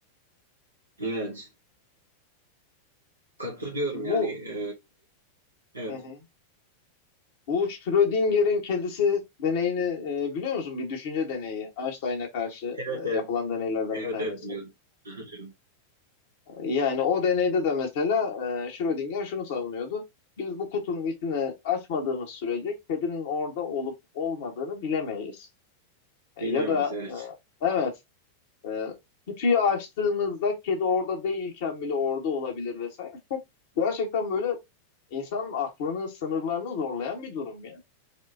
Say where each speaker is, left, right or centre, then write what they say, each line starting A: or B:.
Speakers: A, on the right; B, on the left.
A: Evet. Katılıyorum
B: Bu
A: yani. e, evet.
B: Hı hı. Bu Schrödinger'in kedisi deneyini e, biliyor musun? Bir düşünce deneyi. Einstein'a karşı
A: Evet,
B: e,
A: evet.
B: yapılan deneylerden
A: Evet,
B: bir tanesi.
A: evet biliyorum. <laughs> Hı evet.
B: Yani o deneyde de mesela e, Schrödinger şunu savunuyordu. Biz bu kutunun içine açmadığımız sürece kedinin orada olup olmadığını bilemeyiz. E,
A: Bilemeyiz,
B: ya da
A: evet.
B: e, evet e, kutuyu açtığımızda kedi orada değilken bile orada olabilir vesaire. Gerçekten böyle İnsanın aklını, sınırlarını zorlayan bir durum ya.